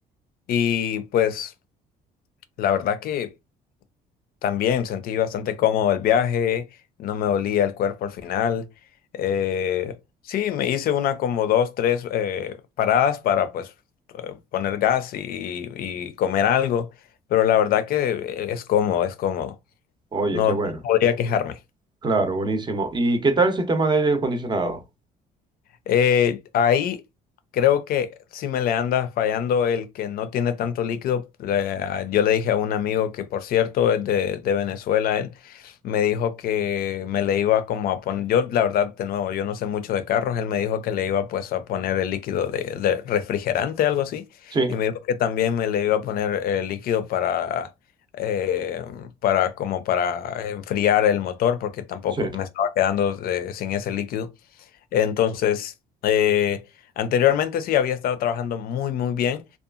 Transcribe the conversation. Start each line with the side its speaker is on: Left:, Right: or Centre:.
Left: Y pues la verdad que también sentí bastante cómodo el viaje. No me dolía el cuerpo al final. Eh, sí, me hice una como dos, tres eh, paradas para pues eh, poner gas y y comer algo. Pero la verdad que es cómodo, es cómodo.
Right: Oye,
Left: No
Right: qué bueno.
Left: no podría quejarme.
Right: Claro, buenísimo. ¿Y qué tal el sistema de aire acondicionado?
Left: Eh, ahí creo que si me le anda fallando el que no tiene tanto líquido. Le- ah, yo le dije a un amigo que, por cierto, es de, de Venezuela, él me dijo que me le iba como a poner, yo la verdad, de nuevo, yo no sé mucho de carros, él me dijo que le iba pues a poner el líquido de, de refrigerante, algo así,
Right: Sí,
Left: y me dijo que también me le iba a poner eh, líquido para... eh, para como para enfriar el motor porque tampoco
Right: sí.
Left: me estaba quedando eh, sin ese líquido entonces, eh, anteriormente sí había estado trabajando muy, muy bien.